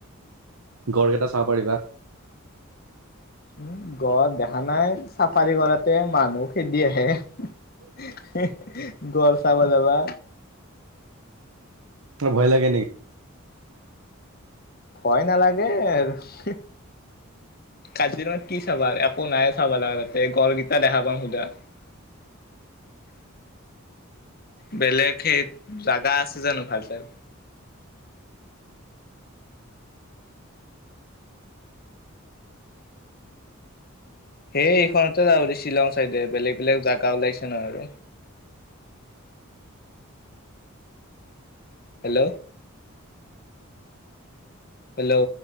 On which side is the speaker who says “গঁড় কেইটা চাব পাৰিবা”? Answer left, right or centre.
Right